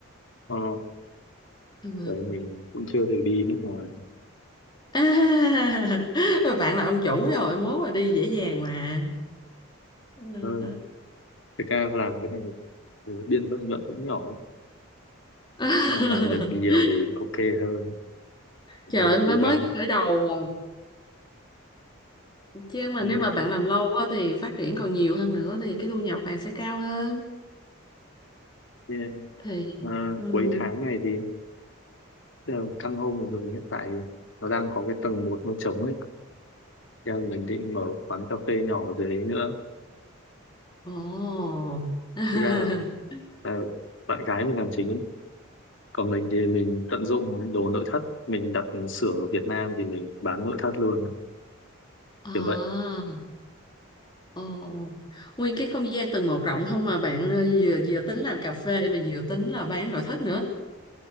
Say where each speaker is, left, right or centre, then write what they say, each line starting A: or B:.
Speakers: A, on the left; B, on the left.
A: ờ,
B: ừ.
A: vậy mình cũng chưa được đi nước ngoài
B: à, <laughs> bạn là ông chủ rồi mốt là đi dễ dàng mà Ừ.
A: hơn thực ra làm cái này thì biên lợi nhuận cũng nhỏ ấy.
B: <laughs>
A: Là làm được nhiều thì ok hơn
B: trời
A: đang
B: ơi, mới
A: cố
B: mới
A: gắng
B: khởi đầu à. chứ mà
A: ừ.
B: nếu mà bạn làm lâu quá thì phát triển còn nhiều hơn nữa thì cái thu nhập bạn sẽ cao hơn
A: thế,
B: thì
A: à,
B: ừ.
A: cuối tháng này thì tức là căn hộ của mình hiện tại nó đang có cái tầng một nó trống ấy Thế là mình định mở quán cà phê nhỏ ở dưới đấy nữa
B: ồ <laughs>
A: thực ra là bạn gái mình làm chính ấy còn mình thì mình tận dụng đồ nội thất mình đặt xưởng ở Việt Nam thì mình bán nội thất luôn
B: à
A: kiểu vậy
B: ồ nguyên cái không gian tầng một rộng không mà bạn ờ, vừa vừa tính làm cà phê mà vừa tính là bán nội thất nữa